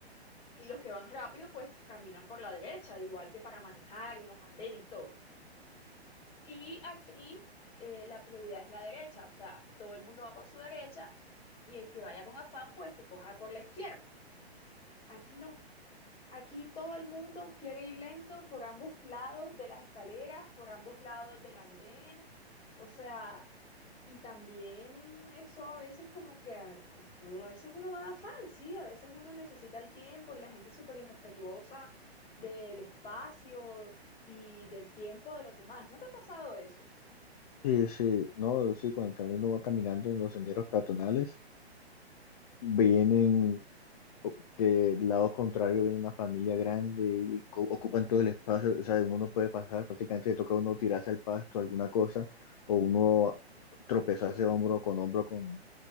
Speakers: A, on the left; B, on the left.
A: Y los que van rápido, pues caminan por la derecha, igual que para manejar, en los andenes, todo. Y aquí eh, la prioridad es la derecha, o sea, todo el mundo va por su derecha y el que vaya con afán, pues que coja por la izquierda. Aquí no, Aquí todo el mundo quiere ir lento por ambos lados de las escaleras, por ambos lados del andén, o sea, y también eso a veces como que, ay, pues todo, a veces uno va de afán, ¿sí? A veces uno necesita el tiempo y la gente es súper irrespetuosa del espacio y del tiempo de los demás. ¿No te ha pasado eso?
B: sí, sí, no, sí, cuando también uno va caminando en los senderos peatonales, vienen o- del lado contrario, viene una familia grande y co- ocupan todo el espacio. O sea, uno no puede pasar, prácticamente le toca a uno tirarse al pasto, alguna cosa, o uno tropezarse hombro con hombro con